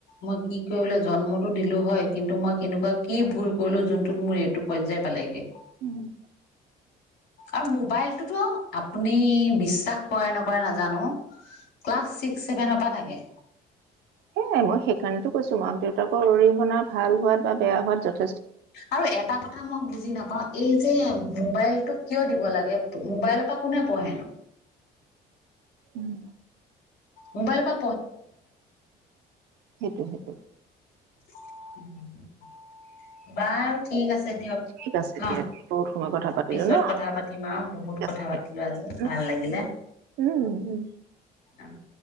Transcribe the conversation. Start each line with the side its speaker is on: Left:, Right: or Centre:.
Left: মই কি কৰিবলৈ জন্মতো দিলো হয়। কিন্তু মই কেনেকুৱা কি ভুল কৰিলোঁ যোনটোত মোৰ এই টো পৰ্যায় পালেগে
Right: উম',
Left: আৰু মোবাইলটো অ', আপুনি বিশ্বাস কৰে নকৰে নাজানো ক্লাছ ছিক্স চেভেনৰ পৰা থাকে।
Right: সেইয়াই মই সেইকাৰণেতো কৈছো মাক দেউতাকৰ অৰিহনা ভাল হোৱাত বা বেয়া হোৱাত যষ্ট
Left: আৰু এটা কথা মই বুজি নাপাওঁ এই যে মোবাইলটো কিয় দিব লাগে? মোবাইলৰ পৰা কোনে পঢ়ে নো?
Right: উম।
Left: মোবাইল পা
Right: সেইটো-সেইটো
Left: <inaudible> বাৰু ঠিক আছে দিয়ক
Right: ঠিক আছে
Left: ন?
Right: দিয়া দিয়া বহুত সময় কথা পাতিলো
Left: পিছত
Right: ন
Left: কথা পাতিম আৰু বহুত
Right: ঠিক আছে
Left: কথা
Right: দিয়া
Left: পাতিলো আজি,
Right: উম
Left: ভাল লাগিলে
Right: উম উম।
Left: উম।